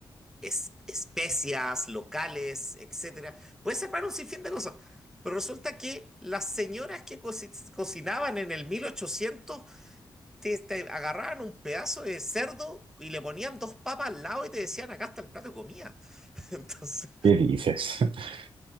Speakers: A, in the centre; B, on the right (about 70°).
A: es- especias locales, etcétera. Puedes armar un sinfín de cosas. Pero resulta que las señoras que coci- cocinaban en el 1800 te, te agarraban un pedazo de cerdo y le ponían dos papas al lado y te decían, acá está el plato de comida. <laughs> Entonces,
B: ¿Qué dices? <laughs>